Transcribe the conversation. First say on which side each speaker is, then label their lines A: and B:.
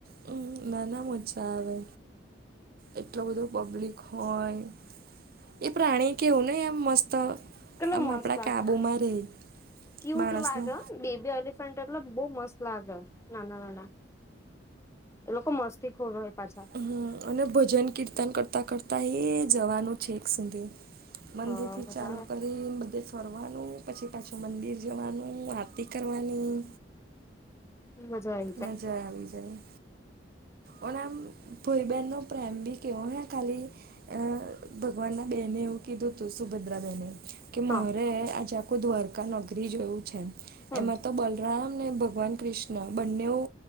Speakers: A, on the right; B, on the left.
A: હમ નાના મજા આવે એટલો બધો પબ્લિક હોય. એ પ્રાણી કેવું નહીં એમ મસ્ત
B: કેટલો
A: આમ
B: મસ્ત
A: આપણા
B: લાગે
A: કાબુમાં રહે
B: ક્યુટ
A: માણસના
B: લાગે અ બેબી એલિફ ફ્રન્ટ એટલો બહુ મસ્ત લાગે હા એ લોકો મસ્તી ખોર હોય પાછા
A: હમ અને ભજન કીર્તન કરતા કરતા એ જવાનું છે છેક સુધી મંદિર
B: હા
A: થી
B: મજા
A: ચાલુ
B: આવે
A: કરી ન બધે સ ફરવાનું પછી પાછું મંદિર જવાનું આરતી કરવાની
B: મજા આયી
A: મજા આવી જાય અને આમ ભઈ બેનનો પ્રેમ બી કેવો હે ખાલી અ ભગવાન ના બેને એવું કીધું તું સુભદ્રા બેહેને કે મારે
B: હા
A: આજે આખું દ્વારકા નગરી જોયું છે
B: હમ્મ
A: એમાં તો બ રામ ને ભગવાન કૃષ્ણ બંને ઓ